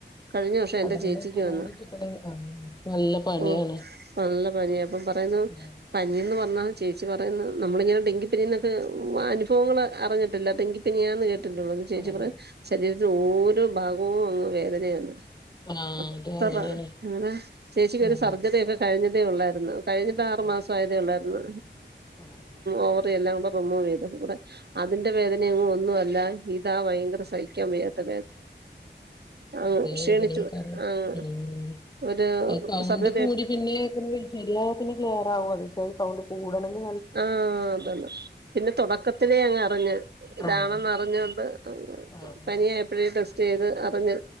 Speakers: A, on the right (about 60°); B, on the left (about 20°).
A: കഴിഞ്ഞ വർഷം എൻ്റെ
B: അത്
A: ചേച്ചിക്ക്
B: പിന്നെ കൂടി
A: വന്ന്.
B: കിട്ടണെ ആഹ് നല്ല പണിയാണ്
A: ഓഹ് നല്ല പന്യാ അപ്പം പറയുന്നു
B: ഉം
A: പനിന്ന് പർഞ്ഞാ ച്ച് പറയുന്നെ നമ്മളിങ്ങനെ ഡെങ്കിപ്പിനിന്നൊക്കെ അനുഫവങ്ങള് അറിഞ്ഞിട്ടില്ല ഡെങ്കിപ്പനിയാന്ന് കേട്ട് <unintelligible> ചേച്ചി
B: ആഹ്
A: പറയും ശരീര് ഇ ഓരോ ഭാഗവും അങ്ങ് വേദനയാണ്
B: ആഹ്
A: അത്ര
B: അത് അങ്ങനെയാണ്
A: അങ്ങനെ ചേച്ചിക്ക്
B: ഉം
A: ഒരു സർജറി ഒക്കെ കഴിഞ്ഞി ഉള്ളായിരുന്നു കഴിഞ്ഞട്ട് ആറ്
B: ഉം
A: മാസ ആതേ ഉള്ളായിരുന്നു
B: ഉം
A: ഓവ <unintelligible> എല്ലാം ഉപ്പമ്മ വ <unintelligible> ൂടെ അതിന്റെ വേദന ഒന്നും അല്ല ഇതാ ഭയങ്കര സഹിക്കാൻ വയ്യാത്ത അങ്ങ്
B: ന
A: ക്ഷീണിച്ചു ആഹ് ഒരു
B: സൗണ്ട്
A: സർജറി
B: കൂടി പിന്ന എല്ലാനും ക്ലിയർ ആ അ സൗ കൂടണെങ്ക
A: ആഹ അതന്ന പിന്നെ തുൊടക്ക ലെ അങ്ങ് അറിഞ്ഞു ഇതാണെന്ന്
B: ആഹ്
A: അറിഞ്ഞൊണ്ട്
B: ആഹ്
A: പനിയായപ്പോഴേ ചെയ്ത് അപ്പ അറിഞ്ഞു